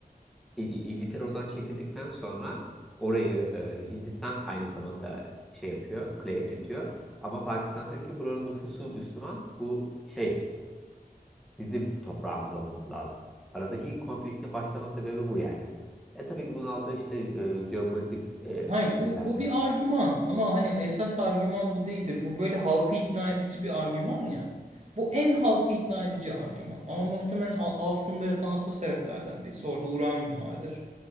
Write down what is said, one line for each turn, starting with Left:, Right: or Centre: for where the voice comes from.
Centre: İ- İngiltere oradan çekildikten sonra orayı e, Hindistan aynı zamanda şey yapıyor, claim ediyor. Ama Pakistan diyor ki buranın nüfusu Müslüman. Bu şey bizim toprağımız olması lazım. Aradaki ilk konfliktin başlama sebebi bu yani. E tabii ki bunun altında işte e, jeopolitik e,
Right: Hayır
Centre: şeyler,
Right: bu, bu bir argüman ama hani esas argüman bu değildir. Bu böyle halkı ikna edici bir argüman ya. Bu en halkı ikna edici argüman. Ama muhtemelen al- altında yatan asıl sebeplerden birisi. Orada uranyum vardır.